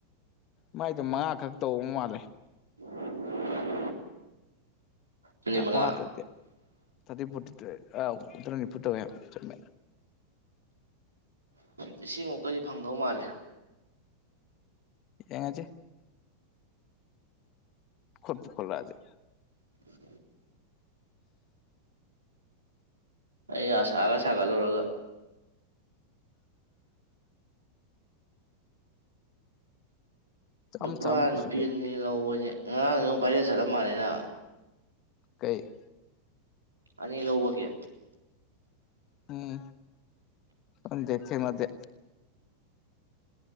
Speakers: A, on the left; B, on the right.
A: ꯃꯥꯏꯗ ꯃꯉꯥꯈꯛ ꯇꯧꯕ ꯃꯥꯜꯂꯦ
B: <unintelligible> ꯃꯤꯅꯤꯠ ꯃꯉꯥ
A: ꯃꯥꯉ ꯇ ꯇꯗꯤ ꯄꯨ ꯎꯗꯔꯅꯤ ꯄꯨꯛꯇ ꯆꯃꯦ
B: ꯂꯤꯁꯤꯡꯃꯨꯛꯀꯗꯤ ꯐꯪꯗꯧ ꯃꯥꯜꯂꯦ
A: ꯌꯦꯡꯉꯖꯦ ꯈꫭꯠꯄꯨ ꯈꫭꯠꯂꯛ ꯑꯗꯤ
B: <inaudible> ꯑꯩꯅ ꯑꯁꯥꯒ ꯁꯥꯒꯠꯂꯨꯔꯒ
A: ꯆꯥꯝ
B: ꯅꯨꯄꯥ
A: ꯆꯥꯝꯃ ꯀꯩꯁꯨ
B: ꯅꯨꯄꯤ
A: ꯀꯩ
B: ꯑꯅꯤ ꯂꯧꯕꯁꯦ ꯉꯔꯥꯡꯗ ꯚꯥꯏꯔꯦꯜ ꯆꯠꯂꯝ ꯃꯥꯜꯅꯤꯅ
A: ꯀꯩ
B: ꯑꯅꯤ ꯂꯧꯕꯒꯦ
A: ꯎꯝ ꯈꯪꯗꯦ ꯊꯦꯡꯅꯗꯦ